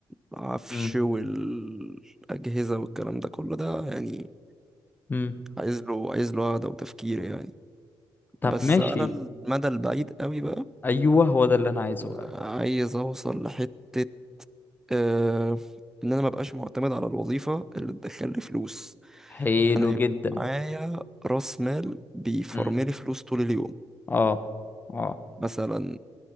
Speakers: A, in the centre; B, on the left.
A: العفش
B: امم
A: والاجهزه والكلام ده كله ده يعني
B: امم
A: عايز له عايز له قعدة وتفكير يعني
B: طب
A: بس
B: ماشي
A: على المدى البعيد قوي بقى
B: ايوه هو ده اللي انا عايزه بقى
A: عايز اوصل لحتة آه ان انا مبقاش معتمد على الوظيفة اللي تدخلي فلوس
B: حلو
A: انا يبقى
B: جدا
A: معايا راس مال بيفرملي
B: امم
A: فلوس طول اليوم
B: اه اه
A: مثلا